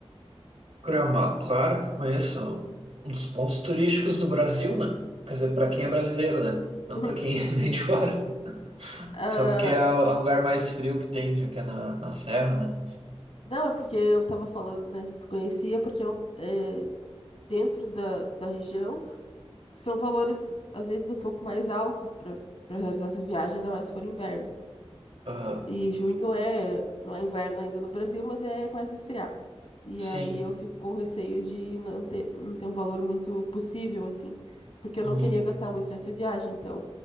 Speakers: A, on the right; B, on the left.
A: Gramado, claro, conheço. Um dos pontos turísticos do Brasil, né? Quer dizer, para quem é brasileiro, né? Não
B: <laughs>
A: para quem <laughs> é bem de fora.
B: Ah,
A: Só porque é o é o lugar mais frio que tem, já que é na, na serra, né?
B: Não, é porque eu tava falando, né? Se tu conhecia, porque é um- é, dentro da, da região são valores, às vezes, um pouco mais altos para para realizar essa viagem, ainda mais se for inverno.
A: Ah,
B: E junho é, não é inverno ainda no Brasil, mas é, começa a esfriar. E
A: sim.
B: aí eu fico com receio de não ter, não ter um valor muito possível, assim, porque eu
A: Uhum.
B: não queria gastar muito nessa viagem. Então,